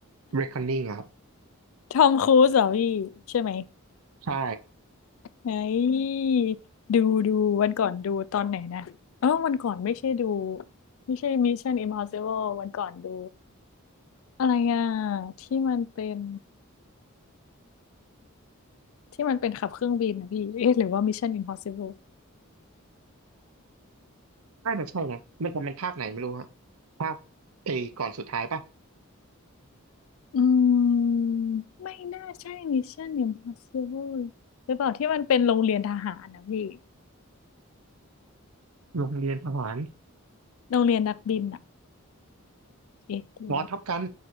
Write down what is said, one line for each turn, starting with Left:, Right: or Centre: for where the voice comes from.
Right: Reckoning อะครับ
Left: ทอมครูซเหรอพี่ใช่ไหม
Right: ใช่
Left: ไอ้ดูดูวันก่อนดูตอนไหนนะเออวันก่อนไม่ใช่ดูไม่ใช่ Mission Impossible วันก่อนดูอะไรอ่ะที่มันเป็นที่มันเป็นขับเครื่องบินนะพี่เอ๊ะหรือว่า Mission Impossible
Right: น่าจะใช่นะมันจะเป็นภาคไหนไม่รู้ฮะภาคไอ้ก่อนสุดท้ายป่ะ
Left: อืมไม่น่าใช่ Mission Impossible หรือเปล่าที่มันเป็นโรงเรียนทหารนะพี่
Right: โรงเรียนทหาร
Left: โรงเรียนนักบินอ่ะเอ๊ะหรือว่า
Right: อ๋อท็อปกัน